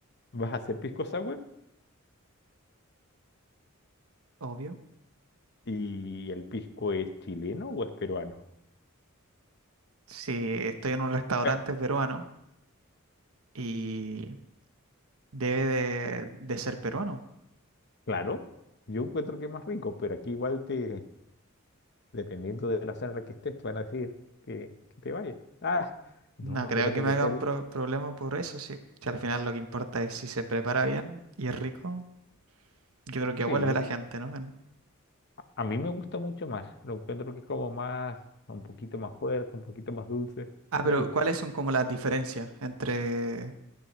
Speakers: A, on the left; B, on the right.
A: ¿Vas a hacer pisco sour?
B: obvio.
A: ¿Y el pisco es chileno o es peruano?
B: Si estoy en un restaurante
A: <laughs> Eh,
B: peruano y debe de, de ser peruano.
A: Claro, yo encuentro que es más rico, pero aquí igual te, dependiendo de la zona en la que estés, te van a decir que, que te vayas. Ah, no,
B: No
A: acuérdate
B: creo que me
A: que
B: haga
A: acá,
B: un
A: el-
B: pro- problema por eso, sí. Si al final lo que importa es si se prepara bien y es rico, yo creo que
A: sí,
B: vuelve la gente, ¿no? En-
A: a mí me gusta mucho más. Lo encuentro que es como más, un poquito más fuerte, un poquito más dulce.
B: Ah,
A: Me
B: pero
A: gusta.
B: ¿cuáles son como las diferencias entre